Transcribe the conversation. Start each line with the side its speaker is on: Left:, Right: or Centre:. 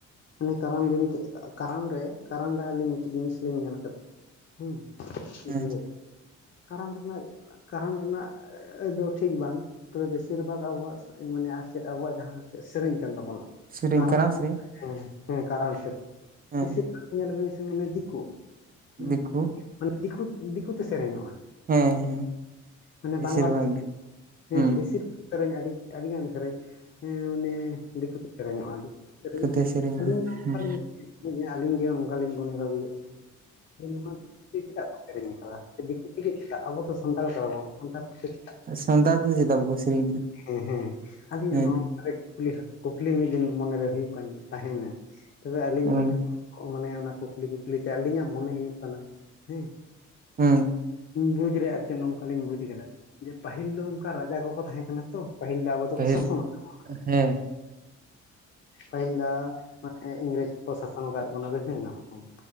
Left: ᱢᱟᱱᱮ ᱠᱟᱨᱟᱢ ᱵᱤᱱᱛᱤ ᱠᱟᱨᱟᱢ ᱨᱮ ᱠᱟᱨᱟᱢ ᱨᱮ ᱟᱹᱞᱤᱧ ᱢᱤᱫᱴᱮᱱ ᱡᱤᱱᱤᱥ ᱞᱤᱧ ᱧᱮᱞ ᱟᱠᱟᱫᱟ ᱾ ᱦᱮᱸ
Right: ᱦᱮᱸ
Left: ᱡᱮ ᱠᱟᱨᱟᱢ ᱨᱮᱱᱟᱜ ᱠᱟᱨᱟᱢ ᱨᱮᱱᱟᱜ ᱚᱻ ᱫᱚ ᱴᱷᱤᱠ ᱵᱟᱝ ᱛᱚᱵᱮ ᱵᱮᱥᱤᱨ ᱵᱷᱟᱜᱽ ᱟᱵᱚᱣᱟᱜ ᱢᱟᱱᱮ ᱟᱨ ᱪᱮᱫ ᱟᱵᱚᱣᱟᱜ ᱡᱟᱦᱟᱸ ᱥᱮᱨᱮᱧ ᱠᱟᱱ ᱛᱟᱵᱚᱱᱟ
Right: ᱥᱮᱨᱮᱧ
Left: ᱠᱟᱨᱟᱢ
Right: ᱥᱮᱨᱮᱧ
Left: ᱦᱮᱸ ᱦᱮᱸ ᱠᱟᱨᱟᱢ ᱥᱮᱨᱮᱧ ᱾
Right: ᱦᱮᱸ
Left: ᱵᱮᱥᱤᱨ ᱵᱷᱟᱜᱽ ᱧᱮᱞ ᱵᱮᱱ ᱥᱮ ᱢᱟᱱᱮ ᱫᱤᱠᱩ ᱦᱩ
Right: ᱫᱤᱠᱩ
Left: ᱢᱟᱱᱮ ᱫᱤᱠᱩ ᱫᱤᱠᱩᱛᱮ ᱥᱮᱨᱮᱧᱚᱜᱼᱟ᱾
Right: ᱦᱮᱸ ᱦᱮᱸ
Left: ᱢᱟᱱᱮ
Right: ᱵᱮᱥᱤᱨ
Left: ᱵᱟᱝᱞᱟ ᱛᱮ
Right: ᱵᱷᱟᱜᱽ ᱜᱮ
Left: ᱦᱮᱸ
Right: ᱦᱩᱸ
Left: ᱵᱮᱥᱤᱨᱟᱜᱽ ᱥᱮᱨᱮᱧ ᱟᱹᱰᱤ ᱟᱹᱰᱤᱜᱟᱱ ᱥᱮᱨᱮᱧ ᱦᱮᱸ ᱚᱱᱮ ᱫᱤᱠᱩ ᱠᱚ ᱥᱮᱨᱮᱧᱚᱜᱼᱟ ᱫᱤᱠᱩ ᱥᱮᱨᱮᱧ
Right: ᱛᱮ ᱥᱮᱨᱮᱧᱚᱜᱼᱟ
Left: ᱟᱹᱞᱤᱧᱞᱤᱧ
Right: ᱦᱩᱸ
Left: ᱟᱹᱞᱤᱧ ᱜᱮ ᱱᱚᱝᱠᱟᱞᱤᱧ ᱜᱩᱱᱤ ᱵᱷᱟᱹᱵᱤᱭᱮᱫ ᱛᱟᱦᱮᱸ ᱾ ᱡᱮ ᱱᱚᱣᱟ ᱫᱤᱠᱩ ᱛᱮ ᱪᱮᱫᱟᱜ ᱠᱚ ᱥᱤᱨᱤᱧ ᱟᱠᱟᱫᱟ ᱥᱮ, ᱫᱤᱠᱩ ᱛᱮᱜᱮ ᱪᱮᱫᱟᱜ ᱟᱵᱚ ᱫᱚ ᱥᱟᱱᱛᱟᱲ ᱠᱟᱱᱟ ᱵᱚᱱ ᱾ ᱥᱟᱱᱛᱟᱲ ᱯᱟᱹᱨᱥᱤ <inaudible>
Right: ᱥᱟᱱᱛᱟᱲ ᱛᱮᱫᱚ ᱪᱮᱫᱟᱜ ᱵᱟᱠᱚ ᱥᱮᱨᱮᱧ ᱠᱮᱫᱟ
Left: ᱦᱮᱸ ᱦᱮᱸ ᱟᱹᱞᱤᱧᱟᱜ
Right: ᱦᱮᱸ
Left: ᱱᱚᱣᱟ ᱞᱤ ᱠᱩᱠᱞᱤ ᱢᱤᱫ ᱫᱤᱱ ᱢᱚᱱᱮᱨᱮ ᱦᱩᱭᱩᱜ ᱠᱟᱱ ᱛᱟᱦᱮᱱᱟ ᱛᱚᱵᱮ ᱟᱹᱞᱤᱧ
Right: ᱦᱩᱸ
Left: ᱦᱚᱭᱛᱳ ᱢᱟᱱᱮ ᱚᱱᱟ ᱠᱩᱠᱞᱤ ᱠᱩᱠᱞᱤᱛᱮ ᱟᱹᱞᱤᱧᱟᱜ ᱢᱚᱱᱮ ᱦᱩᱭᱩᱜ ᱠᱟᱱᱟ ᱦᱮᱸ
Right: ᱦᱮᱸ ᱾
Left: ᱵᱩᱡᱽ ᱨᱮ ᱟᱨ ᱪᱮᱫ ᱱᱚᱝᱠᱟ ᱞᱤᱧ ᱵᱩᱡᱽ ᱠᱮᱫᱟ᱾ ᱯᱟᱹᱦᱤᱞ ᱫᱚ ᱚᱱᱠᱟ ᱨᱟᱡᱟ ᱠᱚᱠᱚ ᱛᱟᱦᱮᱸ ᱠᱟᱱᱟ ᱛᱚ ᱯᱟᱹᱦᱤᱞ ᱫᱚ ᱟᱵᱚ ᱫᱚᱠᱚ
Right: ᱯᱟᱹᱦᱤᱞ
Left: ᱥᱟᱥᱚᱱ ᱟᱠᱟᱫ ᱵᱚᱱᱟ ᱾
Right: ᱦᱮᱸ
Left: ᱯᱟᱹᱦᱤᱞ ᱫᱚ ᱢᱟᱱᱮ ᱤᱝᱨᱮᱡᱽ ᱠᱚᱠᱚ ᱥᱟᱥᱚᱱ ᱟᱠᱟᱫ ᱵᱚᱱᱟ ᱵᱤᱵᱷᱤᱱᱱᱚ ᱨᱚᱠᱚᱢ